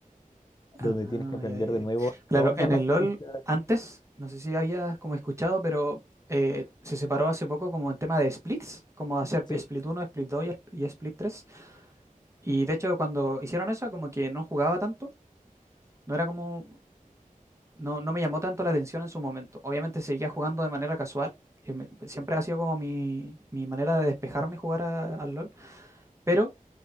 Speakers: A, on the right; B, on the left.
A: Ah,
B: donde tienes que aprender
A: ya, ya,
B: de
A: ya.
B: nuevo
A: Claro,
B: todas
A: en
B: las
A: el
B: pistas.
A: LOL, antes, no sé si habías como escuchado, pero eh, se separó hace poco como en tema de splits, como hacer
B: Sí,
A: split uno split 2 y y split tres Y de hecho, cuando hicieron eso, como que no jugaba tanto. No era como, no, no me llamó tanto la atención en su momento. Obviamente seguía jugando de manera casual. y me- siempre ha sido como mi, mi manera de despejarme jugar a- al LOL. Pero